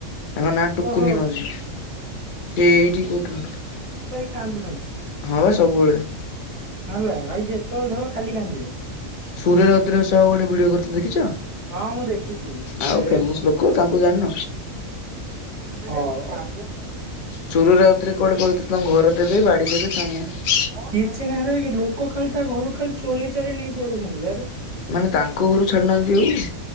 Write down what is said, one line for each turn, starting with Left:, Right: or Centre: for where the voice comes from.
Left: ତାଙ୍କ ନା ଟୁକୁନି
Right: ଓହୋ
Left: ମାଉଛି ସିଏ ଏଇଠି। କୋଉଠି ରହନ୍ତି
Right: କାନ୍ଦୁୁଛନ୍ତି।
Left: ହଁ ବା ସବୁବେଳେ।
Right: ହେଲା ଭାଇ ଯେତେବେଳେ ଦେଖିବ ଖାଲି କାନ୍ଦିବେ।
Left: ସୂର ରାଉତୁ ରାଏ ସହ ଗୋଟେ ଭିଡ଼ିଓ କରିଥିଲେ ଦେଖିଛ।
Right: ହଁ ମୁଁ ଦେଖିଛି ସେ
Left: ଆଉ ଫେମସ ଲୋକ ତାଙ୍କୁ ଜାଣିନ?
Right: ହ ଉଁ।
Left: ସୁରୁ ରାଉତ ରାଏର କୁଆଡେ କହିଥିଲେ ତାଙ୍କୁ ଘର ଦେବେ ବାଡି ଦେବେ କାଇଁ ନାଇଁ।
Right: କିଛି ନାଁଇ ରେ ଇଏ ଲୋକ ଖାଲି ତା ଘରୁ ଖାଲି ଚୋରେଇ ଚୋରେଇ ନେଇ ପଳଉଛନ୍ତି ଆରେ।
Left: ମାନେ ତାଙ୍କ ଘରୁ ଛାଡିୁନାହାନ୍ତି ଆଉ।